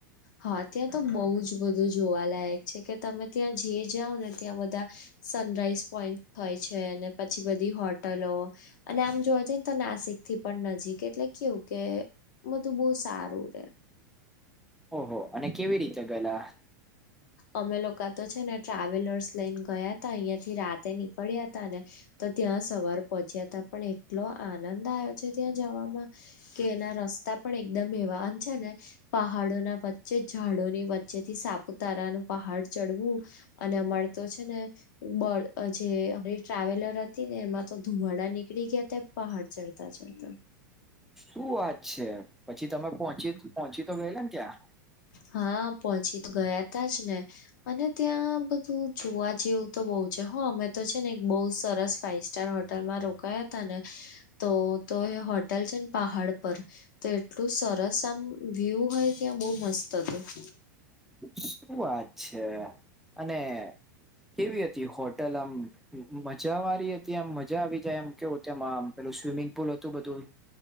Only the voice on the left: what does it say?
હા ત્યાં તો બહુ જ બધું જોવાલાયક છે કે તમે ત્યાં જે જાઓ ને ત્યાં બધા સનરાઈઝ પોઈન્ટ હોય છે અને પછી બધી હોટલો અને આમ જોવા જઈએને તો નાસિક થી પણ નજીક એટલે કેવું કે બધું બહું સારું રે.
અમે લોકા તો છે ને ટ્રાવેલર્સ લઈને ગયા તા અહિયાં થી રાતે નીકળ્યા હતા ને તો ત્યાં સવાર પહોંચ્યાતા પણ એટ એટલો આનંદ આયો છે ત્યાં જવામાં કે એના રસ્તા પણ એકદમ એવા આમ છે ને પહાડો ના વચ્ચે ઝાડોની વચ્ચે થી સાપ ઉતારા નું પહાડ ચડવું અને અમારે તો છે ને બળ અ જે અમારી ટ્રાવેલર હતી ને એમાં તો ધુમાડા નીકળી ગયતા પહાડ ચઢતા-ચઢતા.
હા પહોંચી તો ગયા તા જ ને. અને ત્યાં બધું જોવા જેવું તો બહુ છે હ અમે તો છે ને બહુ સરસ ફાઈવ સ્ટાર હોટલમાં રોકાયા હતા ને તો તો એ હોટેલ છે ને પહાડ પર. તો એટલું સરસ આમ વ્યુ હોય ત્યાં બહુ મસ્ત હતું.